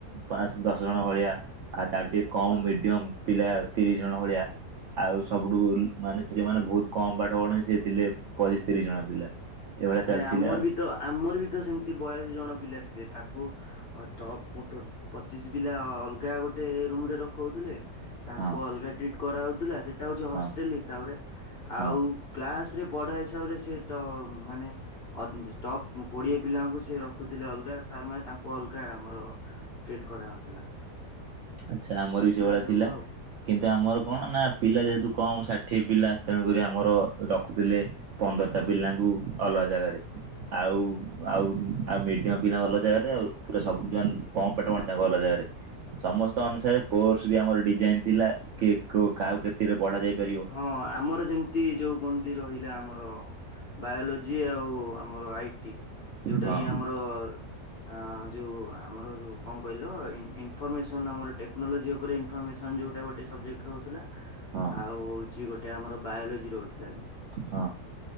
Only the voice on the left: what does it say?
ହଁ।
ଆରେ ଆମର
ବି ତ ଆମର ବି ତ ସେମିତି ବୟାଶୀ ଜଣ ପିଲା ଥିଲେ ତାକୁ ଆଉ ଟପ୍ ଟୋ ପଚିଶ ପିଲା ଅଲଗା ଗୋଟେ ରୁମରେ ରଖଉଥିଲେ। ତାଙ୍କୁ
ଅଲଗା ଟ୍ରିଟ କରାହଉଥିଲା ସେଇଟା ହଉଛି ହଷ୍ଟେଲ
ହିସାବରେ ଆଉ
କ୍ଲାସରେ ପଢା ହିସାବରେ ସେ ତ ମାନେ ଟପ୍ କୋଡିଏ ପିଲାଙ୍କୁ ସେ ରଖୁଥିଲେ ଅଲଗା ସାର୍ ମେ ତାଙ୍କୁ ଅଲଗା ଆମର ଟ୍ରିଟ କରାହଉଥିଲା।
ଏଭଳିଆ
ସବୁ
ଆଉ
ହଁ ଆମର ଯେମିତି ଯୋଉ କଣନ୍ତି ରହିଲା ଆମର ବାୟୋଲୋଜି ଆଉ ଆମର ଆଇଟି ଯୋଉଟା
କି ଆମର ଆ ଯୋଉ ଆମର ଯୋଉ କଣ କହିଲ ଇନଫର୍ମେସନ ଆମର ଟେକ୍ନୋଲୋଜି ଉପରେ ଇନ ଇନ୍ଫର୍ମେସନ ଯୋଉଟା ଗୋଟେ ସବଜେକଟ ରହୁଥିଲା।
ଆଉ ହଉଛି ଗୋଟେ ଆମର ବାୟୋଲୋଜି ରହୁଥିଲା।